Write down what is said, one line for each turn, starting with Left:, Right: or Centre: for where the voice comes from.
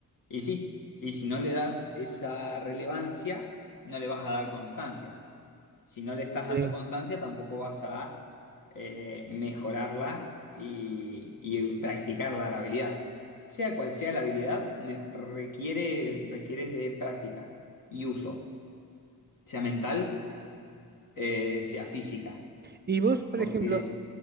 Left: Y sí, y si no le das esa relevancia, no le vas a dar constancia. Si no le estás
Right: sí.
Left: dando constancia, tampoco vas a eh, mejorarla y, y practicarla, la habilidad. Sea cual sea la habilidad, ne- requiere, requiere de práctica y uso, sea mental, eh, sea física.
Right: Y vos, por
Left: Porque,
Right: ejemplo,